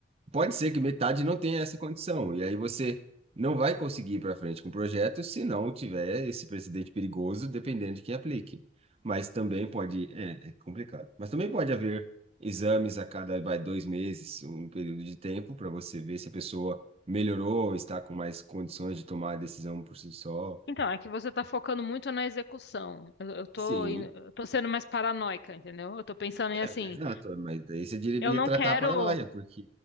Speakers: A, on the right; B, on the left.
A: Pode ser que metade não tenha essa condição, e aí você não vai conseguir ir para frente com o projeto se não tiver esse precedente perigoso, dependendo de quem aplique. Mas também pode, é, é complicado. Mas também pode haver exames a cada, vai, dois meses, um período de tempo, para você ver se a pessoa melhorou, está com mais condições de tomar a decisão por si só.
B: Então, é que você está focando muito na execução. Eu, eu tô,
A: Sim,
B: indo- eu tô sendo mais paranoica, entendeu? Eu tô pensando em assim,
A: é, exato, mas daí você deveria
B: eu não
A: tratar
B: quero.
A: a paranoia, porque.